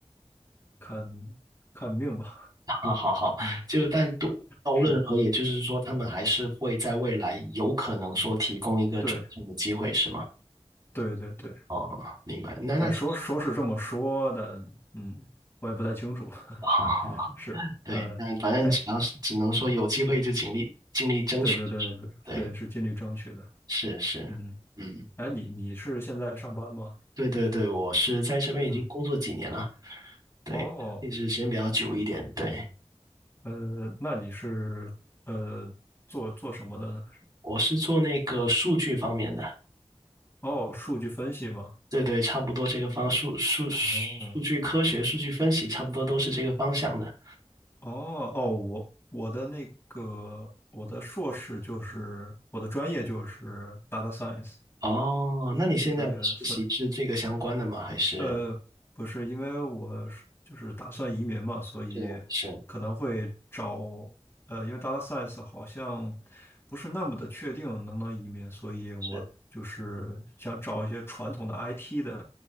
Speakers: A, on the left; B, on the right.
A: 看看命吧。
B: <laughs> 好好好，
A: 嗯，
B: 就但都都无论如何，
A: 是，
B: 也就是说，他们还是会在未来有可能说提供一个转正的机会，
A: 对
B: 是吗？
A: 对对对，
B: 哦，明白。那那其实，
A: 但说说是这么说的，嗯，我也不太清楚。<laughs>
B: <laughs> 好好好，
A: 是，
B: 对，
A: 呃，
B: 但反正只要是只能说有机会就尽力尽力争取，
A: 哎，嗯，对对对对，
B: 就是对。
A: 对，是尽力争取的。
B: 是是，
A: 嗯，
B: 嗯，
A: 哎，你你是现在上班吗？
B: 对对对，我是在这边已经工作几年了，
A: 嗯，
B: 对，
A: 哦，
B: 一直时间比较久一点，对，
A: 呃，那你是呃做做什么的呢？
B: 我是做那个数据方面的，
A: 哦，数据分析嘛，
B: 对对，差不多这个方数数数据科学、
A: 哦
B: 数据分析，差不多都是这个方向的。
A: 哦哦，我我的那个我的硕士就是我的专业就是 data science，
B: 哦，那你现在的实习是这个相关的吗？
A: 对，所以
B: 还是
A: 呃不是因为我是就是打算移民嘛，所以可能会找
B: 是是
A: 呃，因为 data science 好像不是那么的确定能不能移民，所以我就是想找一些传统的
B: 是
A: IT 的